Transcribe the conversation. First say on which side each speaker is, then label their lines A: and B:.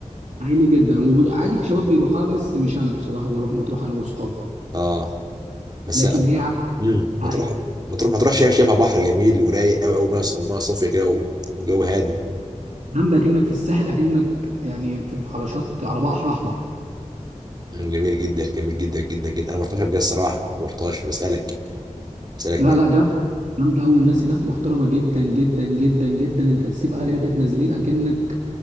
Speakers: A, on the right (about 65°); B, on the right (about 30°).
A: عائلي جدا وعادي في شباب بيروحوها بس مش انا بصراحه اللي اروح مطروح انا واصحابي
B: اه بس
A: لكن هي
B: امم مطروح
A: عائلي
B: مطروح مطروح شايف شايفها بحر جميل ورايق قوي قوي وميه صافية كده و- وجو هادي
A: جامده اكنك في الساحل اكنك يعني في على شط على بحر احمر
B: مم، جميل جدا جميل جدا جدا جدا أنا ما رحتهاش قبل كده الصراحة ما رحتهاش فبسألك بسألك
A: لا
B: من
A: لا جامده جامده قوي الناس هناك محترمه جدا جدا جدا جدا انت تسيب اهل بيتك نازلين اكنك